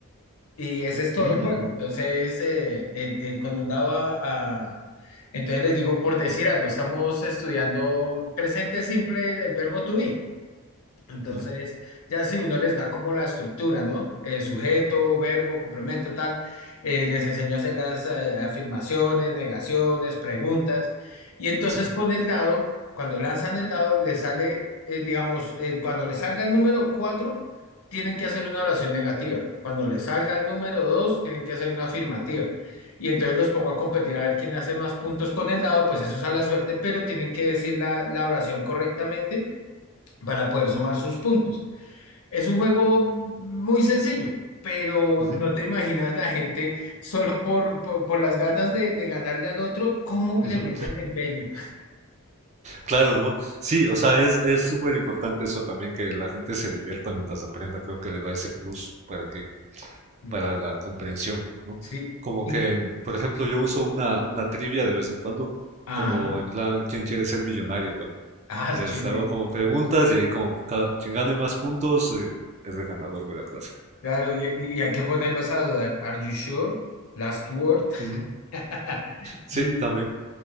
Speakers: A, on the left (about 65°); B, on the right (about 30°).
A: y ese es todo
B: ujú,
A: el juego. Entonces, eh, eh, eh, con un dado a... a- Entonces les digo, por decir algo, estamos estudiando presente simple el verbo to be. Entonces,
B: ujú,
A: ya si uno les da como la estructura, ¿no? Eh, sujeto, verbo, complemento, tal, eh, les enseño a hacer las eh, afirmaciones, negaciones, preguntas. Y entonces
B: Sí.
A: con el dado, cuando lanzan el dado, les sale, eh, digamos, eh, cuando les salga el número 4 tienen que hacer una oración negativa. Cuando les salga el número 2 tienen que hacer una afirmativa. Y entonces los pongo a competir a ver quién hace más puntos con el dado, pues eso es a la suerte, pero tienen que decir la la oración correctamente para poder sumar sus puntos. Es un juego muy sencillo, pero
B: ujú,
A: no te imaginas la gente solo por, por, por las ganas de, de ganarle al otro, cómo le
B: ujú.
A: meten de empeño.
B: Claro, ¿no? Sí, o sea, es es súper importante eso también, que la gente se divierta mientras aprenda. Creo que le da ese plus para que
A: Mm,
B: para la comprensión, ¿no?
A: Sí.
B: Como
A: Y,
B: que, por ejemplo, yo uso una, una trivia de vez en cuando,
A: ah,
B: como en plan, ¿quién quiere ser millonario también?
A: ah,
B: Les
A: es chévere.
B: hago como preguntas y ahí como cada, quien gane más puntos eh, es el ganador de la clase, ¿no?
A: Claro, y, y- y hay que ponerlos a dudar. ¿Are you sure? Last word.
B: Ujú.
A: <laughs>
B: Sí,
A: Sí,
B: también.